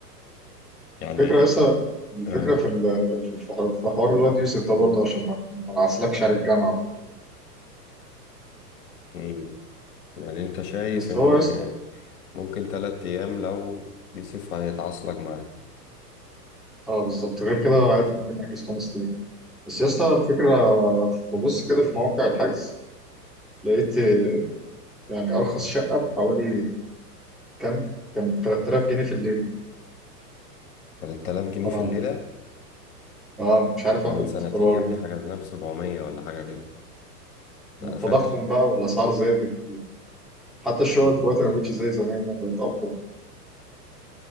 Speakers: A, on the left; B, in the centre.
A: يعني
B: فكرة لسه الفكرة
A: آه،
B: في ال- في في- حوار في حوار الواد يوسف ده برضه عشان ما ما نعسلكش على الجامعة وكده
A: مم. يعني انت شايف
B: بس
A: ان
B: هو لسه
A: ممكن تلات أيام لو يوسف هيتعصلك معاه
B: اه بالظبط غير كده عادي ممكن نحجز خمس ايام بس يا اسطى الفكره ببص كده في مواقع الحجز لقيت آه، يعني ارخص شقه بحوالي كام كان 3000 جنيه في الليل
A: تلات آلاف جنيه
B: فانا
A: في الليلة
B: اه مش عارف
A: احنا
B: اخد
A: من سنتين
B: قرار
A: يا ابني
B: يعني.
A: حجزناه بسبعمية ولا حاجة كده
B: من
A: ده
B: التضخم
A: أنا فاكر
B: بقى والاسعار زادت حتى الشقق
A: يا نهار
B: دلوقتي
A: أبيض
B: ما بقتش زي زمان يعني بقت اقوى